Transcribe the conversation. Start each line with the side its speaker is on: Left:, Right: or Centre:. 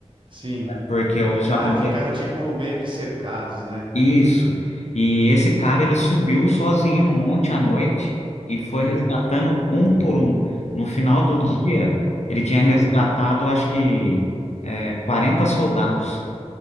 Right: Sim.
Left: Porque os japoneses.
Right: Ah, ficaram tipo meio que cercados, né?
Left: Isso. E esse cara,
Right: É.
Left: ele subiu sozinho no monte à noite e foi
Right: Aham,
Left: resgatando um por um. No final do dia,
Right: Olha,
Left: ele tinha resgatado,
Right: é,
Left: acho que, é, 40 soldados.